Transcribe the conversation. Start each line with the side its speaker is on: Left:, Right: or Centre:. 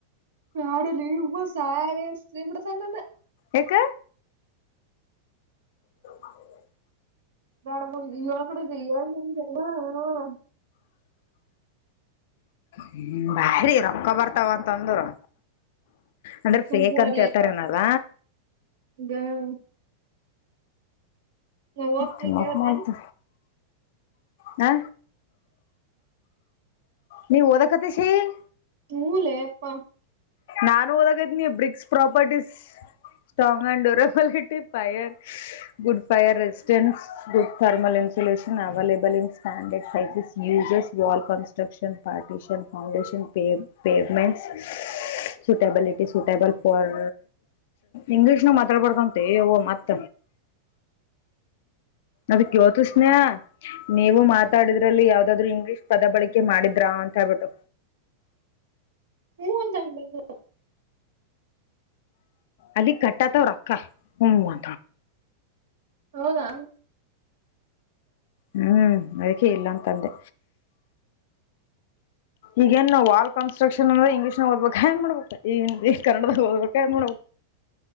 Right: ನಾಡಲಿ ಹಬ ಸಾಯಸ ಇ ಸ್ಣ <unintelligible>
Left: ಯಾಕ ಮಾಡ <inaudible>
Right: ಮೇಡ ಇಳ ತಡ ಬ <unintelligible>
Left: ಹ್ಮ, ಭಾರಿ! ರೊಕ್ಕ ಬರ್ತಾವ ಅಂತಂದರು. ಅಂದ್ರೆ
Right: ಸುಮ್
Left: ಫೇಕ್
Right: ಕೂಡಲೇಪ್ಪ
Left: ಅಂತ ಹೇಳ್ತಾರ ಏನಾರಲ
Right: ನಾ ನಾವುತ
Left: ತಿಮ್ಮಕ್
Right: ನೀ ಕೇಳತಾ,
Left: ಮಾಡ್ತ ಹ ನೀವ್ ಓದಕತ್ತ ಸ-
Right: ಹೂ... ಲೆಯಪ್ಪಾ,
Left: ನಾನು ಓದಾಗದನಿ bricks properties strong and durable it fire good fire resistance good thermal insulation available in standard size uses wall construction partition foundation pavements suitable it ಇ ಸೂಟೆಬಲ್ ಫಾರ್ ಇಂಗ್ಲಿಷ್ ನ ಮಾತಾಡ್ಬಾರಡ್ಕಂತ ಮತ್ತ ಅದಕ್ಕೆ ಯೋತ ಸ್ನೇಯ ನೀವು ಮಾತಾಡಿದ್ರಲ್ಲಿ ಯಾವ್ದಾದ್ರು ಇಂಗ್ಲಿಷ್ ಪದ ಬಳಕೆ ಮಾಡಿದ್ರ ಅಂತ ಹಬಿಟ್ಟು
Right: ಹ ಹ ಹ ಹ
Left: ಅಲ್ಲಿ ಕಟ್ಟಾತವ್ ರೊಕ್ಕ ಹ್ಮ್ ಮಾ
Right: ಹೌದಾ
Left: ಹ್ಮ್ ಅದಕ್ಕೆೆ ಇಲ್ಲ ಅಂತಂದೆ ಈಗ ನ್ಾ ವಾಲ್ ಕನ್ಸ್ಟ್ರಕ್ಷನ್ ಅಂದ್ರೆ ಇಂಗ್ಲೀಷ್ ನಾಗ ಓದ್ಬೇಕ ಹೆಏನ್ ಮಾಡ್ಬೇಕ ಈ ಕನ್ನಡ ತೋದಬೇಕ ಕ ನೋ